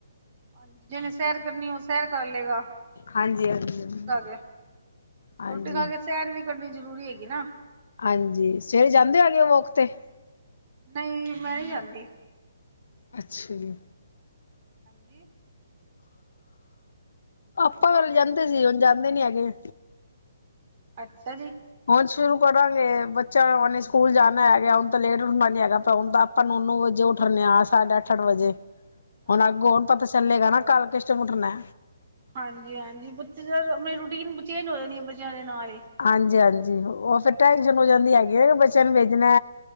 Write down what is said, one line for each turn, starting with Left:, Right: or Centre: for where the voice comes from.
Right: ਹਾਂਜੀ, ਜਿਹਨੇ ਸੈਰ ਕਰਨੀ, ਉਹ ਸੈਰ ਕਰ ਲਏਗਾ।
Left: ਹਾਂਜੀ ਹਾਂਜੀ ਹਾਂਜੀ।
Right: ਰੋਟੀ ਖਾ ਕੇ,
Left: ਹਾਂਜੀ
Right: ਰੋਟੀ ਖਾ ਕੇ ਸੈਰ ਵੀ ਕਰਨੀ ਜ਼ਰੂਰੀ ਹੈਗੀ ਨਾਂ।
Left: ਹਾਂਜੀ, ਸਵੇਰੇ ਜਾਂਦੇ ਹੈਗੇ ਵੋਕ ਤੇ।
Right: ਨਈਂ, ਮੈਂ ਨਈਂ ਜਾਂਦੀ।
Left: ਅੱਛਾ ਜੀ।
Right: ਹਾਂਜੀ।
Left: ਆਪਾਂ
Right: ਹੈਲੋ,
Left: ਵਲੇ ਜਾਂਦੇ ਸੀ, ਹੁਣ ਜਾਂਦੇ ਨੀਂ ਹੈਗੇ
Right: ਅੱਛਾ ਜੀ।
Left: ਹੁਨ ਸ਼ੁਰੂ ਕਰਾਂਗੇ, ਬੱਚਾ ਉਹਨੇ ਸਕੂਲ ਜਾਨਾ ਹੈਗਾ। ਹੁਨ ਤਾਂ ਲੇਟ ਉਠਨਾ ਨੀ ਹੈਗਾ, ਹੁਨ ਤਾਂ ਆਪਾਂ ਨੋ-ਨੋ ਵਜੇ ਉੱਠ ਨੇਂ ਆਂ ਸਤ ਸਤ, ਅੱਠ-ਅੱਠ ਵਜੇ
Right: <inaudible>
Left: ਹੁਣ ਅੱਗੋ
Right: ਜੀ।
Left: ਹੁਣ ਪਤਾ ਚੱਲੇਗਾ ਨਾਂ, ਕੱਲ ਕਿਸ਼ਟ ਮੁੱਟਨਾ।
Right: ਹਾਂਜੀ-ਹਾਂਜੀ, ਬੱਚੇ <unintelligible> ਮੇਰੀ ਰੂਟੀਨ ਚੇਂਜ ਹੋ ਜਾਣੀ ਬੱਚੇਆਂ ਦੇ ਨਾਲ ਈ।
Left: ਹਾਂਜੀ-ਹਾਂਜੀ, ਓ ਫੇਰ ਟੈਂਸ਼ਨ ਹੋ ਜਾਂਦੀ ਹੈਗੀ ਐ ਬੱਚੇਆਂ ਨੂੰ ਭੇਜਨਾ।